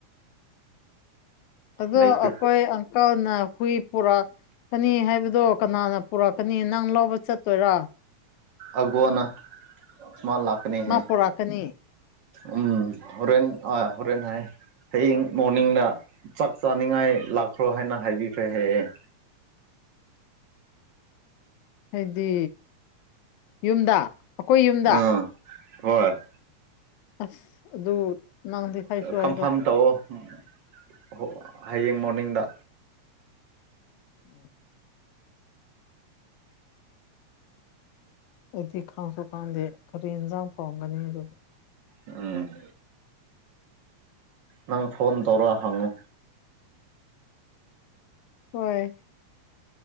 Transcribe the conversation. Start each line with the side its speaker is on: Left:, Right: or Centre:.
Left: ꯑꯗꯣ
Right: ꯂꯩꯇꯦ
Left: ꯑꯩꯈꯣꯏ ꯑꯪꯀꯜꯅ ꯍꯨꯏ ꯄꯨꯔꯛ ꯀꯅꯤ ꯍꯥꯏꯕꯗꯣ ꯀꯅꯥꯅ ꯄꯨꯔꯛꯀꯅꯤ ꯅꯪ ꯂꯧꯕ ꯆꯠꯇꯣꯏꯔꯣ
Right: ꯑꯒꯣꯅ ꯃꯥ ꯂꯥꯛꯀꯅꯤ
Left: ꯃꯥ
Right: ꯍꯥꯏ
Left: ꯄꯨꯔꯛꯀꯅꯤ
Right: ꯎꯝ ꯍꯣꯔꯦꯟ ꯑ ꯍꯣꯔꯦꯟ ꯍꯥꯏ ꯍꯌꯦꯡ ꯃꯣꯔꯅꯤꯡꯅ ꯆꯥꯛ ꯆꯥꯅꯤꯡꯉꯥꯏ ꯂꯥꯛꯈ꯭ꯔꯣ ꯍꯥꯏꯅ ꯍꯥꯏꯕꯤꯈ꯭ꯔꯦ ꯍꯌꯦꯡ
Left: ꯍꯥꯏꯗꯤ ꯌꯨꯝꯗ ꯑꯩꯈꯣꯏ ꯌꯨꯝꯗ
Right: ꯑꯥ ꯍꯣꯏ
Left: ꯑꯁ ꯑꯗꯨ ꯅꯪꯗꯤ ꯍꯥꯏꯁꯨ
Right: ꯀꯟꯐꯥꯝ
Left: ꯍꯥꯏꯗ
Right: ꯇꯧꯑꯣ ꯍꯌꯦꯡ ꯃꯣꯔꯅꯤꯡꯗ
Left: ꯎꯝ ꯑꯗꯨꯗꯤ ꯈꯪꯁꯨ ꯈꯪꯗꯦ ꯀꯔꯤ ꯏꯟꯖꯥꯡ ꯊꯣꯡꯒꯅꯤ ꯑꯗꯨ
Right: ꯎꯝ ꯅꯪ ꯐꯣꯟ ꯇꯧꯔꯛ ꯍꯪꯉꯣ
Left: ꯍꯣꯏ